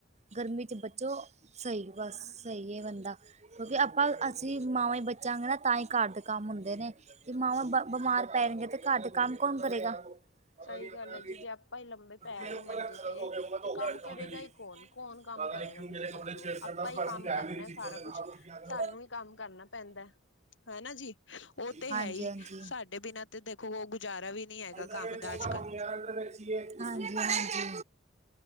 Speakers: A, on the right; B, on the left.
A: ਗਰਮੀ 'ਚ' ਬੱਚੋ ਸਹੀ ਬਸ ਸਹੀ ਏ ਬੰਦਾ, ਕਿਉਂਕਿ ਆਪਾਂ ਅਸੀਂ ਮਾਵਾਂ ਬਚਾਂ ਗੇ ਤਾਂ ਹੀ ਘਰ ਦੇ ਕੰਮ ਹੁੰਦੇ ਨੇ ਜੇ ਮਾਵਾਂ ਬ- ਬਿਮਾਰ ਪੈ ਗੀਆ ਤੇ ਘਰ ਦੇ ਕੰਮ ਕੌਣ ਕਰੇਗਾ? ਪਤਾ
B: ਸਹੀ
A: ਨੀ ਆਪਣੇ
B: ਗੱਲ ਹੈ,
A: ਆਪ
B: ਜੀ ਜੇ ਆਪਾਂ ਹੀ ਲੰਬੇ ਪੈ
A: ਮੇਰੇ
B: ਗਏ
A: ਉੱਪਰ
B: ਮੰਜੇ
A: ਰੱਖਾ
B: ਤੇ
A: ਧੋ ਕੇ ਮੈਂ ਧੋ
B: ਤੇ ਕੰਮ
A: ਕੇ ਰੱਖਾ
B: ਕਰੇਗਾ
A: ਉਹਨੇ ਲਈ
B: ਹੀ ਕੌਣ? ਕੌਣ ਕੰਮ
A: ਪਤਾ
B: ਕਰੇਗਾ
A: ਨੀ ਕਿਉਂ
B: ਤੁਸੀਂ
A: ਮੇਰੇ
B: ਦੱਸੋ
A: ਕੱਪੜੇ ਛੇੜ ਕਰ
B: ਆਪਾਂ
A: ਬਸ
B: ਹੀ
A: ਮੈਂ
B: ਕੰਮ
A: ਸਮਝਾਇਆ
B: ਕਰਨਾ
A: ਮੇਰੀ ਚੀਜ਼ੋਂ
B: ਸਾਰਾ
A: ਤੇ ਨਾ
B: ਕੁਛ
A: ਰੋਕਿਆ ਕਰੋ
B: ਸਾਨੂੰ ਹੀ ਕੰਮ ਕਰਨਾ ਪੈਂਦਾ। ਹਨਾ ਜੀ, ਉਹ ਤੇ
A: ਹਾਂਜੀ
B: ਹੈਈ
A: ਹਾਂਜੀ
B: ਸਾਡੇ ਬਿਨਾਂ ਤੇ ਦੇਖੋ ਉਹ ਗੁਜ਼ਾਰਾ ਵੀ ਨਹੀਂ ਹੈਗਾ। ਕੰਮ
A: ਹਾਂਜੀ
B: ਦਾ ਅੱਜ ਕੱਲ ਹਨਾ ਜੀ
A: -ਹਾਜੀ।